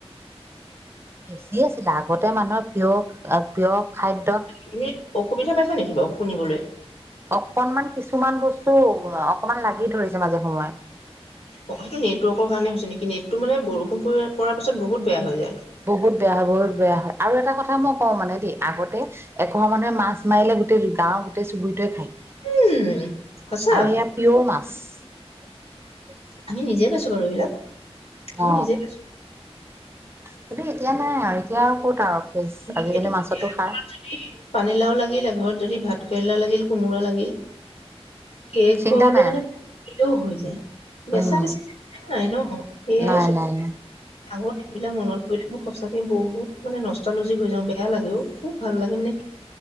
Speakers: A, on the right; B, on the left.
A: বেছি আছিলে, আগত তে মানুহৰ পিয়ৰ আ, পিয়ৰ খাদ্য
B: তুমি অসুবিধা পাইছে নেকি বাৰু, শুনিবলৈ?
A: অকনমান কিছুমান বস্তু, অকনমান লাগি ধৰিছে, মাজে সময়ে।
B: অ', সেইটো নেটৱৰ্কৰ কাৰণে হৈছে নেকি, নেটটো মানে বৰষুণ পৰি-পৰাৰ পিছত বহুত বেয়া হৈ যায়।
A: বহুত বেয়া হয়, বহুত বেয়া হয়, আৰু এটা কথা মই কওঁ মানে দেই, আগতে এঘৰ মানুহে মাছ মাৰিলে গোটেই গাঁৱৰ গোটেই চুবুৰিত টোৱে খায়,
B: উম সঁচা
A: আৰু সেয়া পিয়ৰ মাছ। <unintelligible>
B: আমি নিজে পাইছো বাৰু এইবিলাক। আমি
A: অ
B: নিজে খাইছোঁ।
A: কিন্তু, এতিয়া নাই আৰু এতিয়া আৰু ক'ত আৰু। ফ্ৰেছ আজিকালি
B: সেইটো
A: মাছতো সাৰ
B: যদি পানীলাও লাগিলে ঘৰত যদি ভাত ভাত কেৰেলা লাগিল, কুমুৰা লাগিল। কে
A: চিন্তা
B: ঘৰলৈ
A: নাই
B: মানে <unintelligible> হৈ যায়। বেচা
A: উম
B: বেচি নাই ন'। সেইয়াই
A: নাই
B: <unintelligible>
A: নাই নাই
B: আগৰ এইবিলাক মনত পৰিলে, মোৰ সঁচাকে বহুত মানে নষ্ট নষ্টালজি হৈ যাওঁ, বেয়া লাগে অ'! খুব ভাল লাগে মানে,